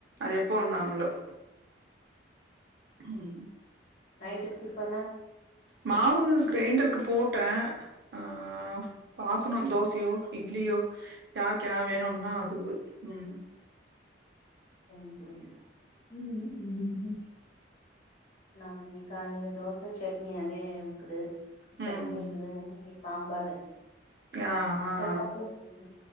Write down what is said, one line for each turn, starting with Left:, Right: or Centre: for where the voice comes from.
Right: அது எப்போ வந்தாங்களோ ஹம்
Left: நைட்டுக்கு டிஃபன்னு
Right: மாவு கிரைண்டருக்கு போட்ட ஆஹ
Left: ம்
Right: பாக்கணு தோச சியோ இட்லியோ யாருக்குன வேணும்னா அது உம்
Left: செஞ்சு குடுக்கணு உம் உம் நாங்க இன்னிக்கு காலையில தோச சட்னி அதே இக்குது சட்னி
Right: ம்
Left: இக்குது மு சாம்பாரு
Right: ஆ ஆ
Left: சப்பாத்தி இரு